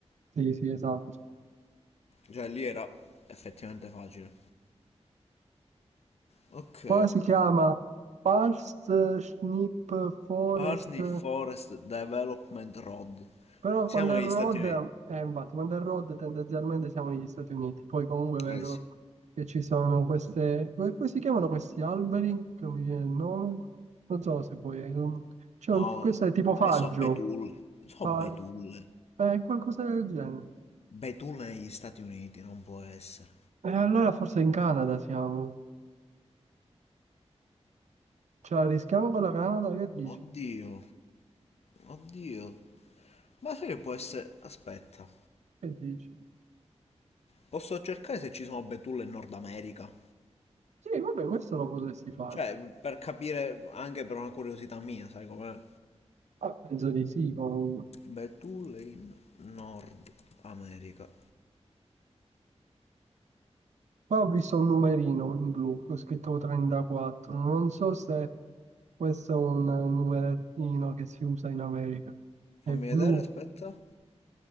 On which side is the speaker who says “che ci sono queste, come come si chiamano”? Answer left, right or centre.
Right